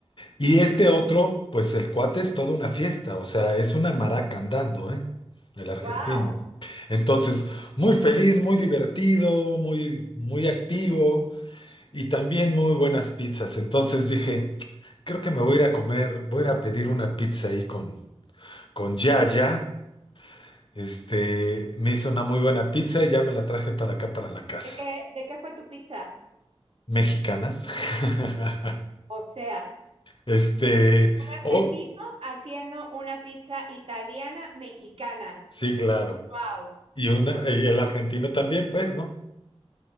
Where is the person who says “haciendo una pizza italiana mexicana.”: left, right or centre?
Right